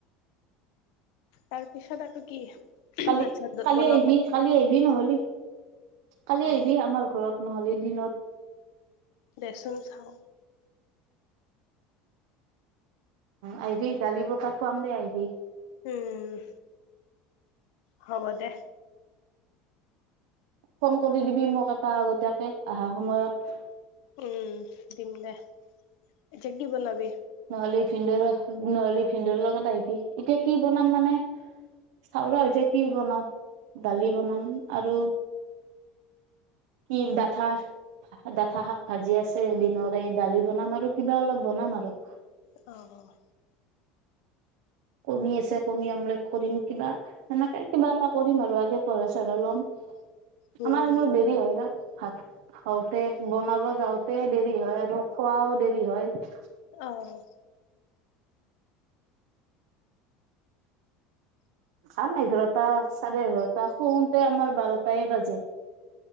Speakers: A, on the left; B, on the right.
A: তাৰ পিছত আৰু কি
B: কালি
A: ভাত চাত
B: কালি
A: বনোৱাত।
B: আহিবি কালি আহিবি নহলি, কালি
A: অ
B: আহিবি আমাৰ ঘৰত নহলি দিনত।
A: দেচোন চাওঁ।
B: আহিবি দালি বঁটা খুৱাম দে আহিবি।
A: উম। হ'ব দে।
B: ফোন কৰি দিবি মোক এটা আগতীয়াকে অহা সময়ত।
A: উম, দিম দে, এতিয়া কি বনাবি?
B: নহলি ভিন্দৰ, নহলি ভিনন্দৰ লগত আহিবি, এতিয়া কি বনাম মানে চাওঁ ৰহ এতিয়া কি বনাওঁ দালি বনাম আৰু কি ডাথা ডাঠা শাক ভাজি আছে দিনৰে দালি বনাম আৰু কিবা অলপ বনাম আৰু
A: অ'
B: কণী আছে কণী অমলেট কৰিম। কিবা সেনেকে কিবা এটা কৰিম আৰু আগে পঢ়া চঢ়াই ল'ম।
A: উম
B: আমাৰ এনেও দেৰি হয় না, ভাত খাওঁতে, বনাব যাওঁতে। দেৰি হয় আৰু খোৱাও দেৰি হয়।
A: অ'
B: খাম এঘাৰটা চাৰে এঘাৰটা শুওঁতে আমাৰ বাৰটায় বাজে।